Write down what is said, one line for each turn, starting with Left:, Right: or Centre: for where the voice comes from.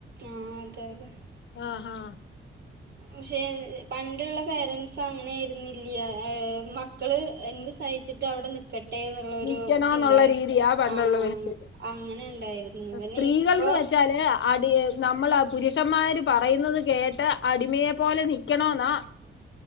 Right: ആഹ അതെതെ
Left: ആഹാ
Right: പക്ഷെ പണ്ടുള്ള പേരന്റ്സ് അങ്ങനൊയിരുന്നില്ല മക്കള് എന്ത് സഹിച്ചിട്ട് അവിടെ നിക്കട് ട്ടെ എന്നുള്ളരു
Left: നിക്കണോന്നുള്ള
Right: ചിന്ത
Left: രീതിയാ പണ്ടുള്ള
Right: ആ
Left: മനുഷ്യര്
Right: അങ്ങനെ ണ്ടായിരുന്നു പിന്നെ
Left: സ്ത്രീകൾന്ന്
Right: ഇപ്പോ
Left: വെച്ചാല് അടി നമ്മൾ പുരുഷന്മാര് പറയുന്നത് കേട്ട് അടിമയെ പോലെ നൽക്കണോന്നാ